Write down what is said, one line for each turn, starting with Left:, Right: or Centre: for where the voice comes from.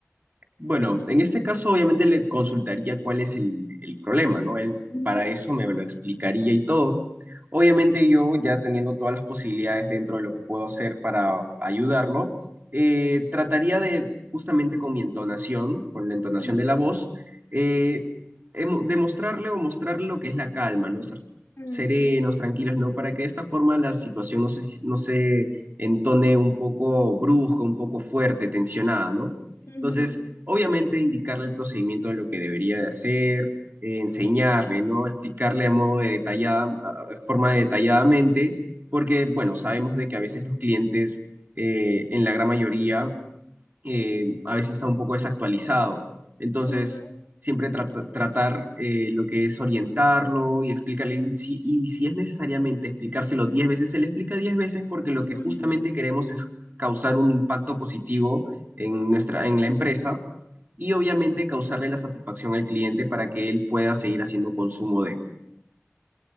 Right: Bueno, en este caso obviamente le consultaría cuál es el, el problema, ¿no? Él
Left: Ujú,
Right: para eso me lo explicaría y todo. Obviamente yo ya teniendo todas las posibilidades dentro de lo que puedo hacer para ayudarlo, eh, trataría de, justamente con mi entonación, con la entonación
Left: ujú,
Right: de la voz, eh, emo- demostrarle o mostrarle lo que es la calma, ¿no? Ser
Left: ujú,
Right: serenos, tranquilos, ¿no? Para que de esta forma la situación no se, no se entone un poco brusca, un poco fuerte, tensionada, ¿no?
Left: ujú,
Right: Entonces... Obviamente indicarle el procedimiento de lo que debería de hacer, eh, enseñarle, ¿no? Explicarle de modo de detallada, a- de forma detalladamente, porque, bueno, sabemos de que a veces los clientes, eh, en la gran mayoría, eh, a veces está un poco desactualizado. Entonces,
Left: ujú,
Right: siempre trata- tratar eh, lo que es orientarlo y explicarle, y si, y si es necesariamente explicárselo 10 veces, se le explica 10 veces porque lo que
Left: ujú.
Right: justamente queremos es causar un impacto positivo en nuestra, en la empresa y obviamente causarle la satisfacción al cliente para que él pueda seguir haciendo consumo de.